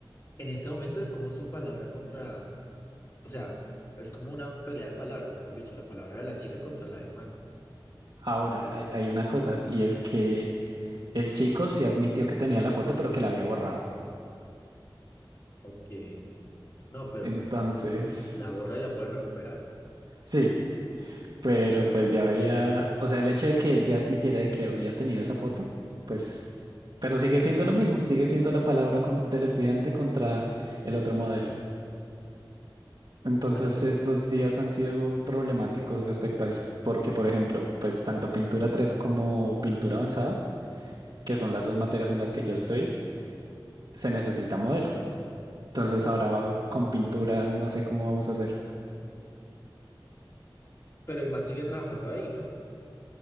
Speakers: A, on the left; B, on the right.
A: en este momento es como su palabra contra, o sea, es como una pelea de palabras, mejor dicho, la palabra de la chica contra la del man.
B: Ahora, hay, hay una cosa, y es que el chico sí admitió que tenía la foto, pero que la había borrado.
A: Ok, no, pero
B: Entonces,
A: pues la borra y la puede recuperar.
B: <laughs> sí, pero pues ya había, o sea, el hecho de que él ya admitiera de que había tenido esa foto, pues, pero sigue siendo lo mismo, sigue siendo la palabra con- del estudiante contra el otro modelo. Entonces,
A: Bueno,
B: estos días han sido problemáticos respecto a eso, porque, por ejemplo, pues tanto pintura 3 como pintura avanzada, que son las dos materias en las que yo estoy, se necesita modelo. Entonces ahora va con pintura, no sé cómo vamos a hacer.
A: pero el man sigue trabajando ahí, ¿no?